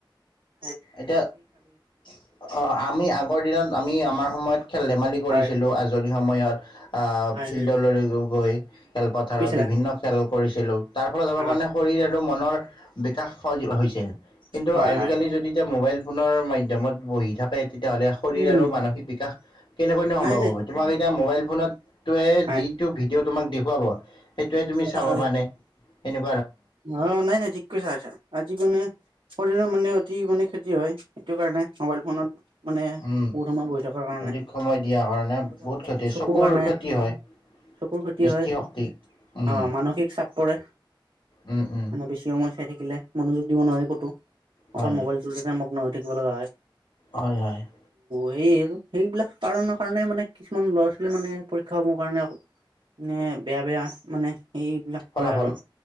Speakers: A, on the right; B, on the left.
A: হে
B: এতিয়া অ 'আমি আগৰ দিনত আমি আমাৰ সময়ত । খেল- ধেমালি কৰিছিলো
A: হয়
B: আজৰি সময়ত । আ
A: হয়
B: ফিল্ডলৈ
A: হয় হয়
B: গৈ খেলপথাৰত
A: কৈছিলা
B: বিভিন্ন খেল। কৰিছিলোঁ। তাৰ ফলত আমাৰ
A: অ
B: মানে শৰীৰ আৰু মনৰ। বিকাশ সজীৱ হৈছে কিন্তু
A: হয়
B: আজিকালি
A: হয় হয়
B: যদি। মোবাইল ফোনৰ মাধ্যমত বহি থাকে । তেতিয়াহ'লে শৰীৰ
A: উম
B: আৰু মানসিক বিকাশ । কেনেকৈ ন
A: নাই
B: সম্ভৱ
A: নাই
B: হ'ব তোমাৰ এতিয়া মোবাইল ফোনতয়ে
A: হয়
B: যিটো ভিডিঅ' তোমাক দেখুৱাব। সেইটোয়ে তুমি চাবা
A: হয়
B: মানে। এনে
A: অ নাই নাই ঠিক কথা কৈছা আজি কেনে শৰীৰৰ মানে অতি মানে ক্ষতি হয় সেইটো কাৰণে মোবাইল ফোনত। মানে
B: উম
A: বহু সময় বহি থকাৰ কাৰণে
B: অধিক সময় দিয়াৰ কাৰণে
A: প্ৰথম কথাটো
B: বহুত ক্ষতি
A: চকুৰ কাৰণে
B: ক্ষতি হয়।
A: চকুৰ ক্ষতি
B: দৃষ্টিশক্তি
A: হয়,
B: উম
A: আহ মানসিক চাপ পৰে।
B: উম উম
A: মানে বেছি সময় চাই থা থাকিলে মনোযোগ দিব নোৱাৰে কতো।
B: হয়
A: অকল মোবাইলটো লেকে মগ্ন হৈ থাকিব লগা হয়।
B: হয় হয় ।
A: সেয় সেইবিলাক কাৰণৰ কাৰণে মানে কিছুমান ল'ৰা ছোৱালী মানে পৰীক্ষা সমূহৰ কাৰণে মানে বেয়া বেয়া মানে সেইবিলাক
B: ফলাফল
A: কয় আৰু